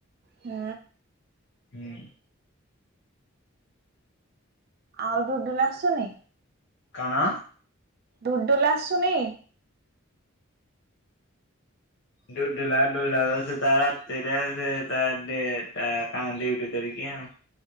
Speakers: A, on the right (about 50°); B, on the left (about 60°).
A: ହୁଁ।
B: ହୁଁ।
A: ଆଉ ଡୁଡୁଲୁ ଆସୁନି?
B: କଣ?
A: ଡୁଡୁଲୁ ଆସୁନି?
B: ଡୁଡୁଲୁ ଆ ସେ ତା ରାତିରେ ସେ ତା କାମ ଡିଉଟି କରିକି ଆଉ।